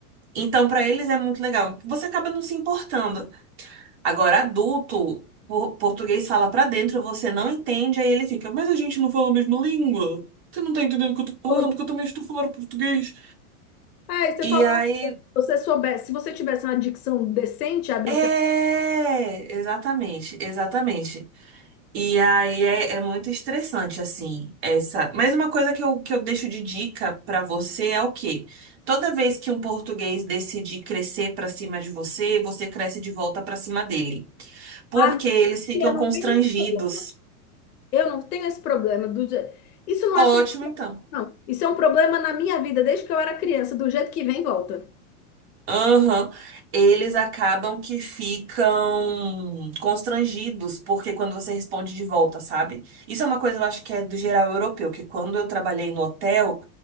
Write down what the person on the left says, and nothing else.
Falando,
"Ai, você
fala
você soubesse, se você tivesse uma dicção decente, abrisse
a
ah,
eu não
tenho esse problema. Eu não tenho esse problema do je- Isso não
é solução,
não. Isso é um problema na minha vida desde que eu era criança, do jeito que vem, volta.